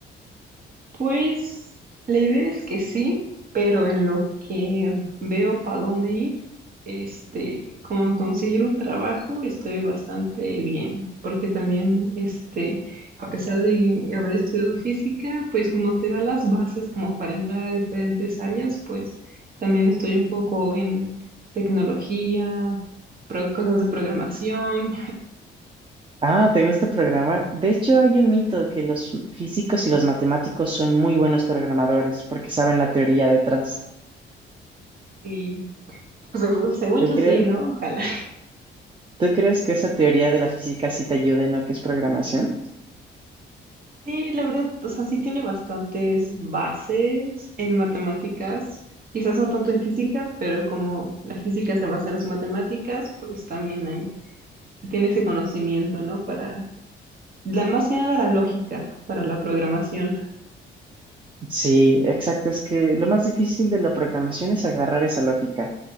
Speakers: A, on the right; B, on the right.
A: Pues la idea es que sí, pero en lo que veo para dónde ir, este, con conseguir un trabajo estoy bastante bien, porque también, este, a pesar de haber estudiado física, pues como te da las bases como para entrar a diferentes áreas, pues también estoy un poco en tecnología, pro- cosas de programación
B: Ah, ¿te gusta programar? De hecho, hay un mito que los físicos y los matemáticos son muy buenos programadores porque saben la teoría detrás.
A: y pues, según según
B: ¿Tú
A: yo
B: crees?
A: sí, ¿no? Ojalá.
B: ¿Tú crees que esa teoría de la física sí te ayuda en lo que es programación?
A: Sí, la verdad, o sea, sí tiene bastantes bases en matemáticas, quizás no tanto en física, pero como la física se basa en las matemáticas, pues también hay, se tiene ese conocimiento, ¿no? Para, la, más que nada la lógica para la programación.
B: Sí, exacto. Es que lo más difícil de la programación es agarrar esa lógica.